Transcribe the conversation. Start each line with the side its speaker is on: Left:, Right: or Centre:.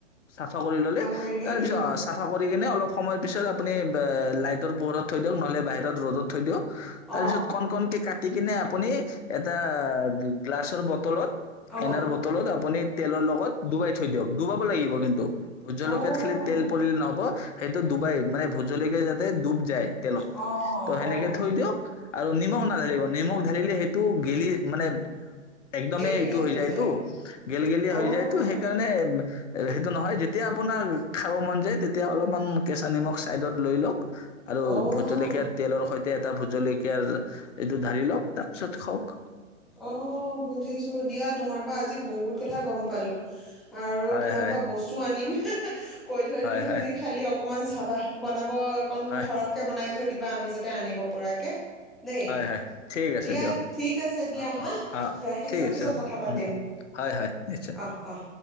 Left: চাফা কৰি ললে
Centre: কৰি লৈ
Left: তাৰপিছত
Centre: উম
Left: চাফা কৰি কিনে অলপ সময়ৰ পিছত আপুনি লাইভ পোহৰত থৈ দিয়ক নহলে বাহিৰত ৰ'দত থৈ দিয়ক তাৰ
Centre: অ'
Left: পিছত কন কন কে কাট কাটি কিনে আপুনি এটা গ্লাছৰ বটলত
Centre: অ'
Left: আইনাৰ বতলত আপনি তেলৰ লগত ডুবাই থৈ দিয়ক ডুবাব লাগিব কিন্তু ভোট জলকীয়াত
Centre: অ'
Left: খালি তেল পৰিলে নহব সেইটো ডুবাই মানে ভোট জলকীয়া যাতে ডুব য যাই তেলত
Centre: অ'
Left: ত' সেনেকে
Centre: অ'
Left: থৈ দিয়ক আৰু নিমখ নাঢালিব নিমখ ঢালিলে সেইটো গেলি মানে একদমেই
Centre: গেলগেলীয়া
Left: এইটো হৈ যায়তো
Centre: যায়।
Left: গেল গেলিয়
Centre: অ'
Left: হৈ যায়তো সেইকাৰণে সেইটো নহয় যেতিয়া আপোনাৰ খাব মন যায় তেতিয়া অলপমান কেঁচা নিমখ ছাইডত লৈ লওক আৰু
Centre: অ'
Left: ভোট জলকীয়াৰ তেলৰ সৈ এ এটা ভোট জলকীয়াৰ এইটো ঢালি লওক তাৰপিছত খাওক।
Centre: অ বুজিছো দিয়া তোমাৰ পৰা আজি বহুত কথা গম পালো আৰু
Left: হয়
Centre: তোমাৰ
Left: হয়
Centre: পৰা বস্তু আনিম হে হে কৈ থৈ
Left: হয়
Centre: দিলোঁ
Left: হয়
Centre: তুমি খালি অ অকণমান চাবা বনাব ব অকন
Left: হয়
Centre: সৰহকে বনাই থৈ দিবা আমি যাতে আনিব পৰাকে দেই
Left: হয় হয় ঠিক আছে
Centre: দিয়া
Left: দিয়ক
Centre: ঠিক আছে দিয়া
Left: অ
Centre: হা
Left: অ অ
Centre: ৰাখিছো
Left: ঠিক আছে
Centre: পিছত
Left: হ'ব
Centre: কথা পাতিম
Left: উ হয় হয় নিশ্চয়।
Centre: অহ অহ